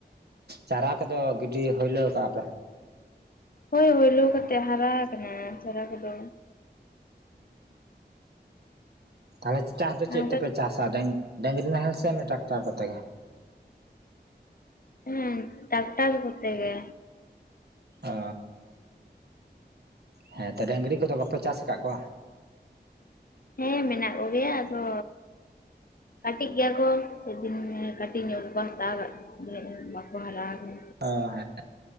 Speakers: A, on the right; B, on the left.
A: ᱪᱟᱨᱟ ᱠᱚᱫᱚ ᱜᱤᱰᱤ ᱦᱩᱭᱞᱟᱹᱣ ᱠᱟᱜ-ᱟ ᱯᱮ?
B: ᱦᱳᱭ ᱦᱩᱭᱞᱳ ᱠᱟᱛᱮᱜ ᱦᱟᱨᱟ ᱟᱠᱟᱱᱟ ᱪᱟᱨᱟ ᱠᱚᱫᱚ᱾
A: ᱛᱟᱦᱞᱮ ᱪᱟᱥ ᱫᱚ
B: ᱟᱨ
A: ᱪᱮᱫ
B: ᱚᱱᱠᱟ
A: ᱛᱮᱯᱮ ᱪᱟᱥᱟ ᱰᱟᱝ, ᱰᱟᱝᱨᱤ ᱱᱟᱦᱮᱞ ᱥᱮ ᱚᱱᱮ ᱴᱨᱟᱠᱴᱟᱨ ᱠᱚᱛᱮ ᱜᱮ᱾
B: ᱦᱩᱸ, ᱴᱟᱠᱴᱟᱨ ᱠᱚᱛᱮ ᱜᱮ᱾
A: ᱚ, ᱦᱮᱸ ᱛᱚ ᱰᱟᱝᱨᱤ ᱠᱚᱫᱚ ᱵᱟᱯᱮ ᱪᱟᱥ ᱟᱠᱟᱜ ᱠᱚᱣᱟ?
B: ᱦᱮᱸ ᱢᱮᱱᱟᱜ ᱠᱚᱜᱮᱭᱟ ᱟᱫᱚ ᱠᱟᱹᱴᱤᱡ ᱜᱮᱭᱟ ᱠᱚ ᱥᱮᱫᱤᱱ ᱠᱟᱹᱴᱤᱡ ᱧᱚᱜ ᱜᱮᱠᱚ ᱦᱟᱛᱟᱣ ᱠᱟᱫ ᱫᱷᱮᱨ ᱧᱚᱜ ᱵᱟᱠᱚ ᱦᱟᱨᱟᱣ ᱠᱟᱱᱟ᱾
A: ᱚ, ᱦᱮᱸ